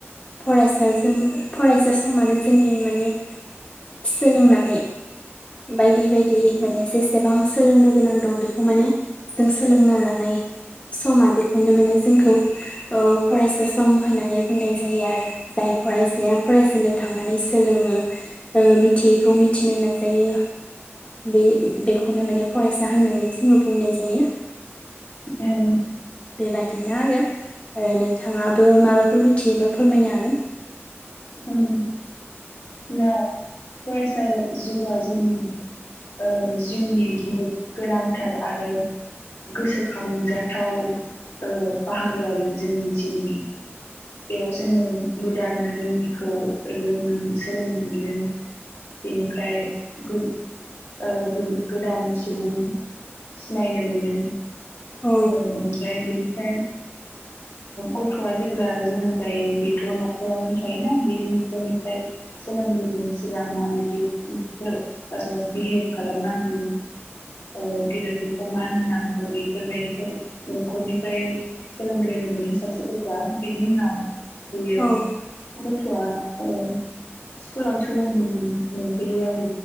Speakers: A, on the left; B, on the left.
A: फरायसा जों फरायसा समानो जोंनि माने सोलोंनानै बायदि बायदि माने जेसेबां सोलोंनो गोनां दं बेखौ माने जों सोलोंना लानाय समा बेखौनो माने जोंखौ ओ फरायसा सम होननानै बुंनाय जायो आरो। जाय फरायसाया फरायसालियाव थांनानै सोलोङो मिथियैखौ मिथिनो नाजायो बे बेखौनो माने फरायसा होननानै जोङो बुंनाय जायो।
B: औ
A: बेबादिनो आरो नोंथाङाबो माबाफोर मिथियोबा फोरमायनो हागोन।
B: ओं दा फरायसा जिउआ जोंनि ओ जिउनि बुहुद गोनांथार आरो गोसोखांजाथाव ओ बाहागो आरो जोंनि जिउनि। बेयाव जोङो गोदाननो रोङि खौ लोंनो सोलोंनो मोनो बेनिफ्राय गु ओ गु-गोदान सुबुं सिनायनो मोनो
A: औ
B: ओ ओमफ्राय बेनिफ्राय गथ'आ जेब्ला जोनोम जायो बेथ' न'खरावनो थायो <unintelligible> बे नखरनिफ्राय सोलोंग्रोगोन सिगां माबायदि ओ बिहेभ खालामनांगौ ओ गेदेरफोरखौ मान होनांगौ बेफोरबायदिखौ न'खरनिफ्राय सोलोंग्रोनो मोनो सासे गथ'आ बेनि उनाव बेयो
A: औ
B: गथ'आ ओ स्कुलाव सोलोंनो मोन- मोनफैयो आरो